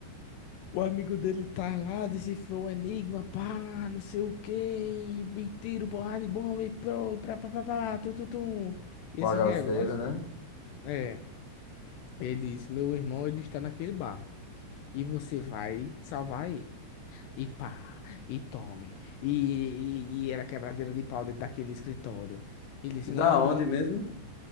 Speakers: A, on the left (about 80°); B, on the left (about 60°).
A: o amigo dele tá lá, decifrou o enigma, pá, não sei o quê, e, e tiro, porrada e bomba, e pro, pra, pá, pá, pá, tu, tu, tu. E
B: Bagaceiro,
A: esse negócio,
B: né?
A: é, ele disse, meu irmão, ele está naquele bar, e você vai salvar ele. E pá, e tome. E, e, e era quebradeira de pau dentro daquele escritório. Ele disse,
B: Da
A: não,
B: onde
A: não.
B: mesmo?